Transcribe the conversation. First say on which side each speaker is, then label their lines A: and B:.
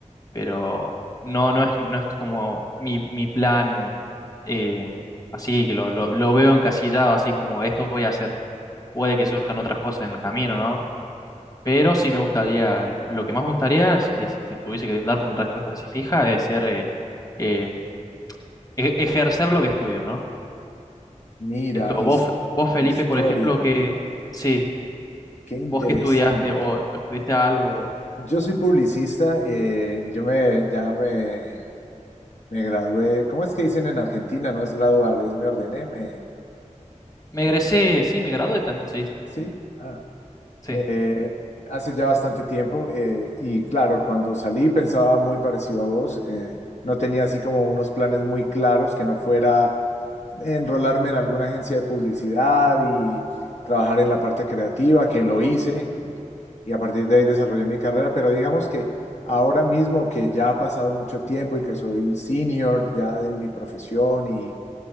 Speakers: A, on the left; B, on the left.
A: Pero no, no es, no es como mi, mi plan eh, así, que lo, lo, lo veo encasillado, así como esto voy a hacer. Puede que surjan otras cosas en el camino, ¿no? Pero sí me gustaría, eh, lo que más me gustaría, es- es si tu- tuviese que darte una respuesta así fija, es ser, eh, eh, e- ejercer lo que estudio, ¿no?
B: Mira,
A: Esto,
B: his-
A: vos, vos Felipe,
B: historia,
A: por ejemplo, que sí,
B: qué interesante.
A: vos que estudiaste o estudiaste algo.
B: Yo soy publicista, eh, yo me, ya me, me gradué. ¿Cómo es que dicen en Argentina? No es graduar, es me ordené, me,
A: Me
B: eh,
A: egresé, sí, me gradué también se dice.
B: sí, ah,
A: Sí,
B: eh, hace ya bastante tiempo. eh, y claro, cuando salí pensaba muy parecido a vos. eh, no tenía así como unos planes muy claros que no fuera enrolarme en alguna agencia de publicidad y trabajar en la parte creativa, que lo hice y, y a partir de ahí desarrollé mi carrera, pero digamos que ahora mismo que ya ha pasado mucho tiempo y que soy senior ya de mi profesión y,